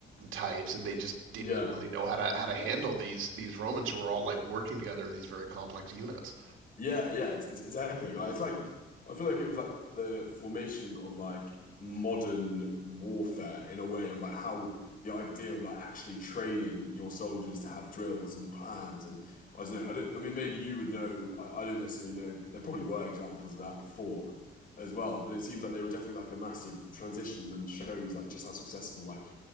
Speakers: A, on the right; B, on the left.
A: types and they just didn't
B: yeah.
A: really know how to how to handle these these Romans who were all like working together in these very complex units.
B: Yeah, yeah, it's it's, it's epic. Like, it's like I feel like it was like the formation of like modern warfare in a way of like how the idea of like actually training your soldiers to have drills and plans and I don't know, I don't I mean maybe you would know I, I don't necessarily know there probably were examples of that before as well, but it seems like they were definitely like a massive transition and shows like just how successful like